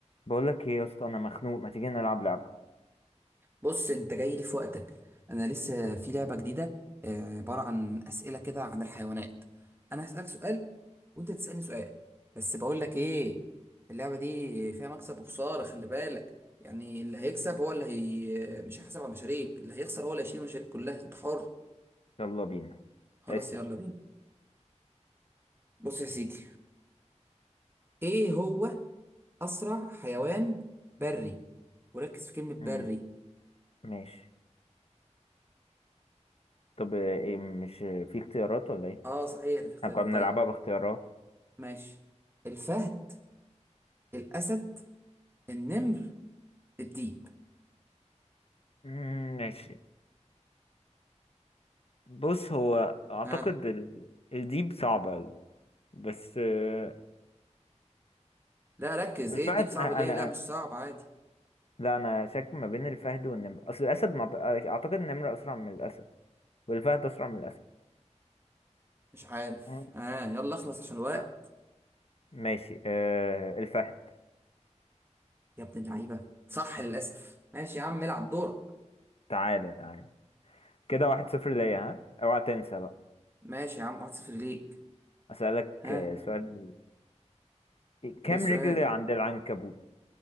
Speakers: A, on the left; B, on the right.
A: بقولك ايه يا اسطى انا مخنوق ما تيجي نلعب لعبة
B: بص انت جاي لي في وقتك انا لسه في لعبه جديده آه، عباره عن اسئله كده عن الحيوانات انا هسالك سؤال وانت تسالني سؤال بس بقول لك ايه اللعبه دي فيها مكسب وخساره خلي بالك يعني اللي هيكسب هو اللي هي مش هيحاسب على المشاريب اللي هيخسر هو اللي هيشيل المشاريب كلها انت حر
A: يلا بينا
B: خلاص
A: اسأل
B: يلا بينا بص يا سيدي ايه هو اسرع حيوان بري وركز في كلمه بري
A: مم. ماشي طب ايه مش في اختيارات ولا ايه
B: اه صحيح ده في اختيارات
A: احنا كنا بنلعبها
B: طيب
A: باختيارات
B: ماشي الفهد الاسد النمر الديب
A: مم، ماشي بص هو اعتقد
B: ها
A: ال- الديب صعبة اوي بس آه،
B: لا ركز
A: الفهد
B: ايه الديب صعب
A: انا
B: ليه
A: أنا-
B: لا مش صعب عادي
A: لا انا شاك ما بين الفهد والنمر اصل الاسد ما ب- اعتقد النمر اسرع من الاسد والفهد اسرع من الاسد
B: مش عارف
A: مم.
B: ها يلا اخلص عشان الوقت
A: ما- ماشي أه الفهد
B: يا ابن اللعيبه صح للاسف ماشي يا عم العب دورك
A: تعالى تعالى كده واحد صفر ليا ها اوعى تنسى بقى
B: ماشي يا عم 1-0 ليك
A: أسألك
B: ها
A: آه، سؤال كام
B: ايه السؤال
A: رجل عند العنكبوت